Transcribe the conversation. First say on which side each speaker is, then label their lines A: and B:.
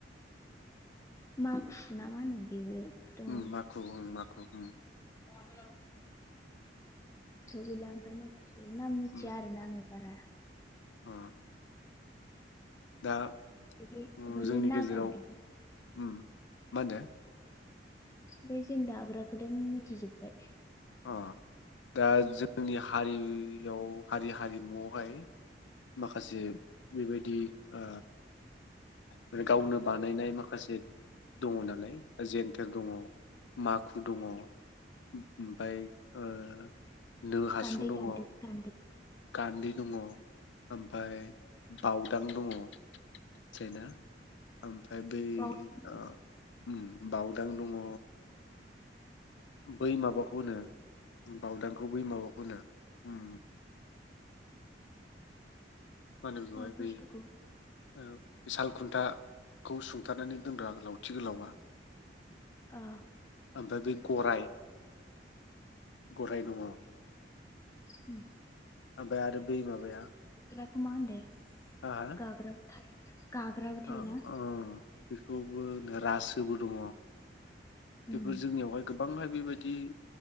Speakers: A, on the left; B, on the left.
A: माखु ना मा होनो बेबो दङ
B: उम माखु ओं माखु उम।
A: गोसोआव गैला ओमफ्राय माबा नाम मिथिया
B: उम
A: आरोना आङो बारा।
B: अ दा
A: बे
B: ओ
A: ओमफ्राय
B: जोंनि
A: बे नागानखौ
B: गेजेराव उम मा होनदो?
A: बे जों दाग्राखौ दोन मिथिजोब्बाय।
B: ओ दा जोंनि हारियाव हारि हारिमुआवहाय माखासे बेबायदि ओ माने गावनो बानायनाय माखासे दङ नालाय दा जेन्थेर दङ। माखु दङ। ओमफ्राय ओ नो हासुं
A: गानदै
B: दङ
A: गानदै गानदै।
B: गान्दै दङ ओमफ्राय बावदां दङ थिना? फाइ बे
A: बावदों
B: ओ ओम बावदां दङ बै माबाखौ होनो बावदांखौ बै माबाखौ होनो ओम मानोब जाय
A: मा बुस्थुखौ
B: बे ओ साल खुन्थाखौ सुंथानानै दोनग्रा गोलावथि गोलावा
A: अ
B: ओमफ्राय बे गराय गराय दङ।
A: उम।
B: ओमफ्राय आरोबो माबाया
A: हो मा होनदे
B: हा हा
A: गाग्रा थायोना गाग्राबो थायोना?
B: ओ ओ बेखौबो रासोबो दङ। बेफोर
A: उम
B: जोंनियावहाय गोब बांहाय बेबायदि